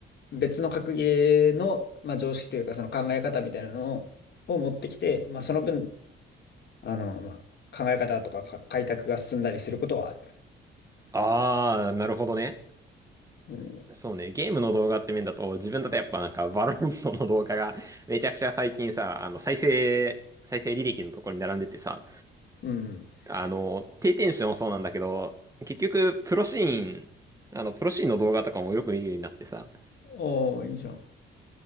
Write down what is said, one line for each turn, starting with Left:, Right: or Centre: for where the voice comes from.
Left: 別の格ゲーの、まあ、常識というか、その考え方みたいなのを持ってきて、まあ、その分、あの、まあ、考え方とかか開拓が進んだりすることはある。
Right: あー、なるほどね。
Left: うん。
Right: そうね、ゲームの動画って面だと、自分だとやっぱなんか、バロモントの動画が、めちゃくちゃ最近さ、あの、再生、再生履歴のところに並んでてさ、
Left: うん。
Right: あの、低テンションもそうなんだけど、結局、プロシーン、あの、プロシーンの動画とかもよく見るようになってさ、
Left: おー、いいじゃん。